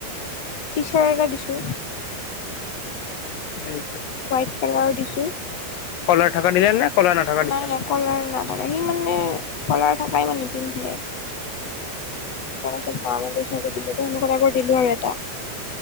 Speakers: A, on the left; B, on the left.
A: টি চাৰ্ট এটা দিছো
B: হয়
A: হোৱাইট কালাৰৰ দিছোঁ
B: কলাৰ থাকা দিলা নে? কলাৰ নথকা দিছা
A: নাই নাই কলাৰ নাথাকে সি মানে কলাৰ থাকাই ইমাণ নিপিন্ধে। সেই কাৰণে চব ভ মেলি পিন্ধো সেনেকুৱা এাইবোৰ দিলো আৰু এটা।